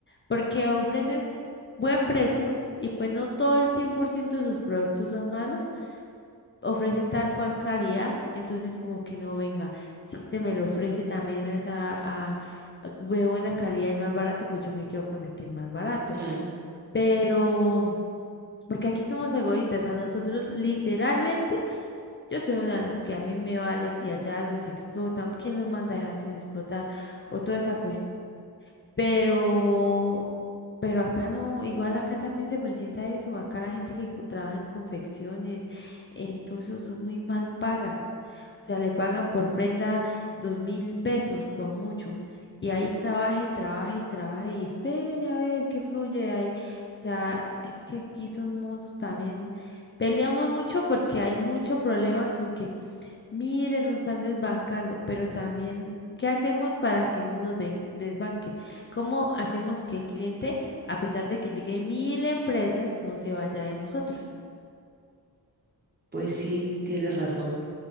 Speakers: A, on the left (about 30°); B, on the right (about 25°).
A: Porque ofrecen buen precio y pues no todo el 100% de sus productos son malos ofrecen tal cual calidad, entonces como que no venga. Si este me lo ofrece también a esa a, a- de buena calidad y más barato, pues yo me quedo con el que es más barato.
B: Claro.
A: Pero, mm, porque aquí somos egoístas, a nosotros literalmente, yo soy una de las que a mí me vale si allá los explotan, ¿quién los manda a dejarse explotar? O toda esa cuestión. Pero, pero acá no, igual acá también se presenta eso, acá la gente que co- trabaja en confecciones, en todo eso son muy mal pagas. O sea, le pagan por prenda dos mil pesos por mucho. Y ahí trabaja y trabaja y trabaja y espere a ver qué fluye ahí. O sea, es que aquí somos también, peleamos mucho porque hay mucho problema con Miren, nos están desbancando, pero también, ¿qué hacemos para que no nos den- desbanquen? ¿Cómo hacemos que el cliente, a pesar de que llegue mil empresas, no se vaya de nosotros?
B: Pues sí, tienes razón,